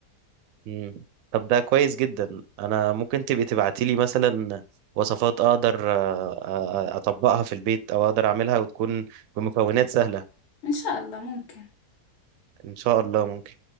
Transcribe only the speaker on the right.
مم. طب ده كويس جدا انا ممكن تبقي تبعتي لي مثلا وصفات اقدر آه، آه، اطبقها في البيت او اقدر اعملها وتكون بمكونات سهلة
ان شاء الله ممكن